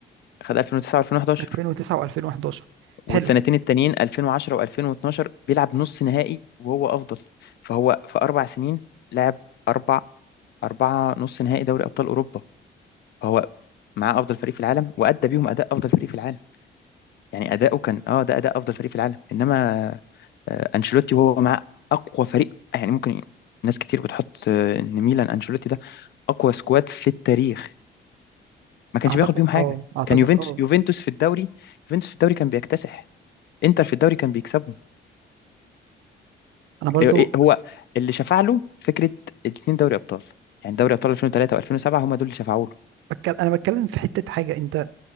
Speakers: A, on the left (about 60°); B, on the right (about 85°).
A: خد 2009 و2011
B: 2009 و2011
A: والسنتين
B: حلو
A: التانيين 2010 و2012 بيلعب نص نهائي وهو أفضل فهو في أربع سنين لعب أربع أربعة نص نهائي دوري أبطال أوروبا فهو معاه أفضل فريق في العالم وأدى بيهم أداء أفضل فريق في العالم يعني أداؤه كان اه ده أداء أفضل فريق في العالم إنما آه، انشيلوتي وهو مع اقوى فريق يعني ممكن ناس كتير بتحط آه، ان ميلان انشيلوتي ده اقوى سكواد في التاريخ ما كانش
B: اعتقد
A: بياخد بيهم حاجه
B: اه اعتقد
A: كان يوفنتوس
B: اه
A: يوفنتوس في الدوري يوفنتوس في الدوري كان بيكتسح انتر في الدوري كان بيكسبهم
B: انا برضو
A: إيه- إيه، هو اللي شفع له فكره الاثنين دوري ابطال يعني دوري ابطال 2003 و2007 هم دول اللي شفعوا له
B: بتكلم انا بتكلم في حتة حاجة انت